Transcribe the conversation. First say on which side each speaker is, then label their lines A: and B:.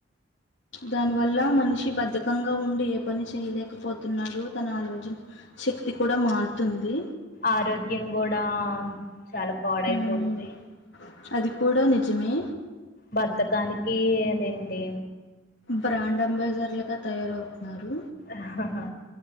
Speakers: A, on the left; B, on the left.
A: దానివల్ల మనిషి బద్ధకంగా ఉండి ఏ పని చేయలేకపోతున్నాడు తన ఆలోచన శక్తి కూడా మారుతుంది
B: ఆరోగ్యం కూడా చాలా పాడైపోద్ది
A: మ్మ్ అది కూడా నిజమే
B: బద్దకానికి అదేంటి
A: బ్రాండ్ అంబాసిడర్ లాగా తయారవుతున్నారు
B: హాహాహా